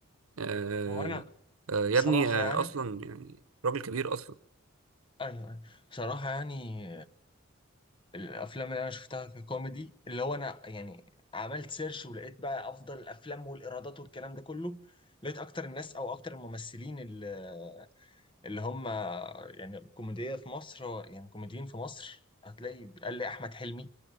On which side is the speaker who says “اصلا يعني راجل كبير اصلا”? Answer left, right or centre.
Right